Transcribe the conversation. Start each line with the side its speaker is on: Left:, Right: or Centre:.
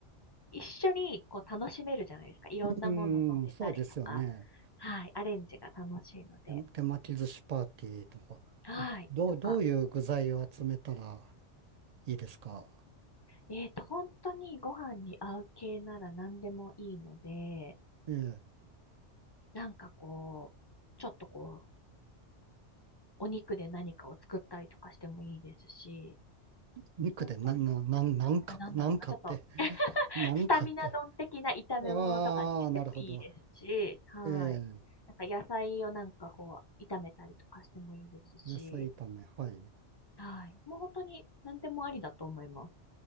Left: 一緒にこう楽しめるじゃないですか。いろんなもの乗せたりとか。
Right: うん、そうですよね。
Left: はい。アレンジが楽しいので。
Right: 手、手巻き寿司パーティーとか。
Left: はい。
Right: えどう、
Left: なんか、
Right: どういう具材を集めたらいいですか。
Left: えっと、本当にご飯に合う系なら何でもいいので、
Right: ええ、
Left: なんかこう、ちょっとこう、お肉で何かを作ったりとかしてもいいですし、
Right: 肉でな、
Left: 本当に、
Right: な、な、なんか、
Left: あ、なんだろうな、
Right: なんかって、
Left: ちょっと <laughs>
Right: なんかって。
Left: スタミナ丼的な炒め物とかにしてもいいですし、
Right: ああ、なるほど。
Left: はい。
Right: ええ、
Left: なんか野菜をなんかこう、炒めたりとかしてもいいですし、
Right: 野菜炒め、はい。
Left: はい。もう本当に何でもありだと思います。